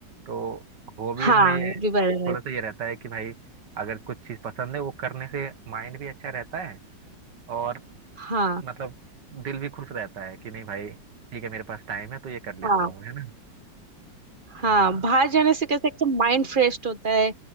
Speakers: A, on the right (about 70°); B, on the right (about 30°).
A: तो हॉबीज
B: हाँ
A: में ये
B: वो भी बराबर
A: थोड़ा सा ये रहता है कि भाई अगर कुछ चीज पसंद है वो करने से माइंड भी अच्छा रहता है और
B: हाँ
A: मतलब दिल भी खुश रहता है कि नहीं भाई ठीक है मेरे पास टाइम है तो ये कर लेता
B: हाँ
A: हूँ है ना
B: हाँ
A: हाँ
B: बाहर जाने से कैसे एकदम माइंड फ्रेश होता है